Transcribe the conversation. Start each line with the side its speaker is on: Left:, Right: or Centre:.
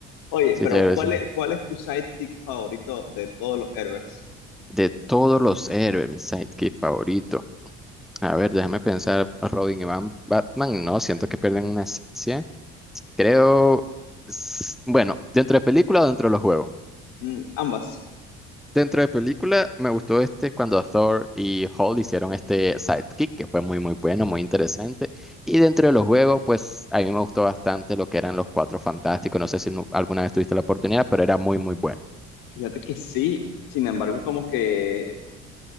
Left: Oye,
Centre: Sí,
Left: pero
Centre: te debes-
Left: ¿cuál es, cuál es tu sidekick favorito de todos los héroes?
Centre: De todos los héroes, mi Sidekick favorito. A ver, déjame pensar, Robin y Ban- Batman, no, siento que pierden una esencia. Creo, s- bueno, dentro de película o dentro de los juegos.
Left: Mm, ambas.
Centre: Dentro de película me gustó este cuando Thor y Hall hicieron este sidekick, que fue muy muy bueno, muy interesante. Y dentro de los juegos, pues a mí me gustó bastante lo que eran los Cuatro Fantásticos. No sé si nu- alguna vez tuviste la oportunidad, pero era muy muy bueno,
Left: Fíjate que sí, sin embargo, como que